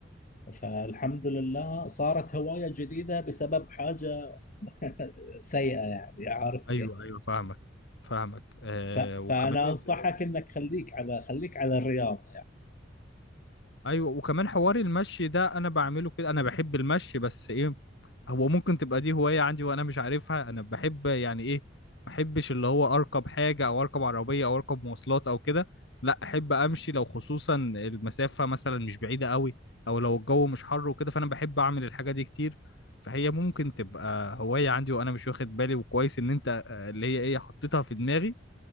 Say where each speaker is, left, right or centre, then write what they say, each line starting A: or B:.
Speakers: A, on the left; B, on the left.
A: فالحمد لله صارت هوايه جديده بسبب حاجه سيئه يعني عارف كيف
B: ايوه ايوه فاهمك فاهمك آه
A: ف-
B: وكمان
A: فانا
B: ال-
A: انصحك انك خليك على خليك على الرياضه يعني.
B: ايوه وكمان حوار المشي ده انا بعمله كده انا بحب المشي بس ايه هو ممكن تبقى دي هواية عندي وانا مش عارفها انا بحب يعني ايه ما احبش اللي هو اركب حاجة او اركب عربية او اركب مواصلات او كده لا احب امشي لو خصوصا المسافة مثلا مش بعيدة قوي او لو الجو مش حر وكده فانا بحب اعمل الحاجة دي كتير فهي ممكن تبقى هواية عندي وانا مش واخد بالي وكويس ان انت آه، اللي هي ايه حطيتها في دماغي